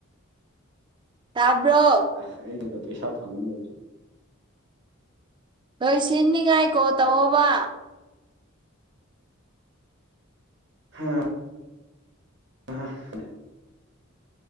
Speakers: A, on the right; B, on the right.
A: ꯇꯥꯕ꯭ꯔꯣ
B: ꯑ ꯑꯩꯒ ꯄꯩꯁꯥ ꯐꯪꯒꯅꯁꯨꯦ
A: ꯅꯣꯏ ꯁꯤꯅꯤꯉꯥꯏꯀꯣ ꯇꯧꯕ
B: ꯍꯥꯥ <unintelligible>